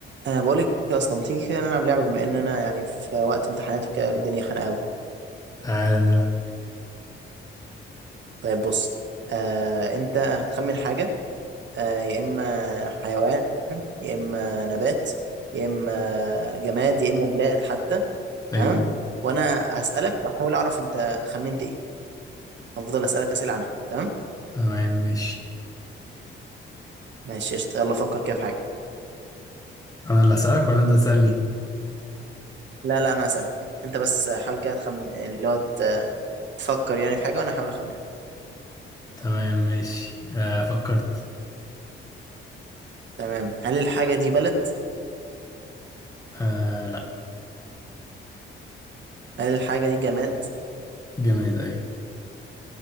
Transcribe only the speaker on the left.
تعالى نلعب
ايوه
تمام ماشي
انا اللي اسالك ولا انت تسالني
تمام ماشي آه فكرت
آه لا
جماد ايوه